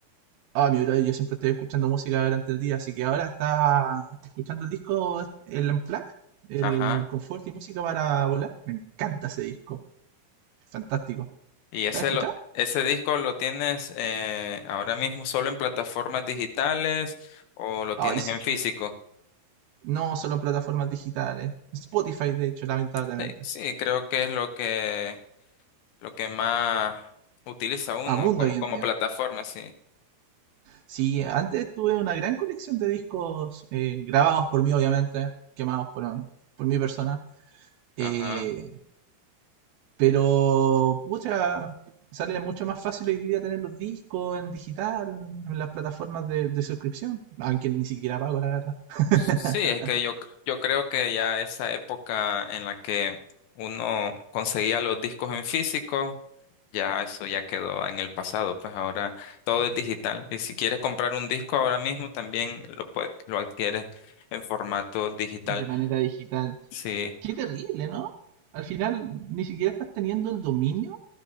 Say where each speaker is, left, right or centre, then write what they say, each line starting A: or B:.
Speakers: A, on the right; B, on the left.
A: Ah, mi brother, yo siempre estoy escuchando música durante el día, así que ahora estaba escuchando el disco, el Unplugged, el,
B: Ajá.
A: el Confort y Música para Volar. Me encanta ese disco, fantástico.
B: Y ese
A: ¿Lo has escuchado?
B: lo- ese disco lo tienes eh, ahora mismo solo en plataformas digitales o lo
A: Ay,
B: tienes
A: sí.
B: en físico.
A: No solo en plataformas digitales. Spotify, de hecho, lamentablemente.
B: Sí, sí, creo que es lo que lo que más utiliza uno
A: Abunda
B: como
A: hoy
B: como
A: en día.
B: plataforma, sí.
A: Sí, antes tuve una gran colección de discos eh, grabados por mí, obviamente, quemados por, por mi persona. eh,
B: Ajá.
A: pero, pucha, sale mucho más fácil hoy día tener los discos en digital, en las plataformas de, de suscripción, aunque ni siquiera pago, la verdad, <laughs>
B: Sí, es que yo, yo creo que ya esa época en la que uno conseguía los discos en físico, ya eso ya quedó en el pasado, pues ahora todo es digital. Y si quieres comprar un disco ahora mismo, también lo puedes, lo adquieres en formato digital.
A: de manera digital.
B: Sí,
A: Qué terrible, ¿no? Al final, ni siquiera estás teniendo el dominio